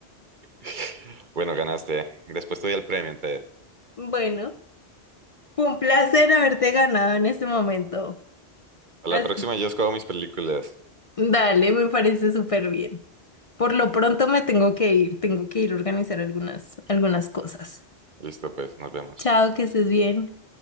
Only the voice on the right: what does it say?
<laughs> Bueno, ganaste. Después te doy el premio, entonces.
A
la próxima yo escojo mis películas.
Listo, pues, nos vemos.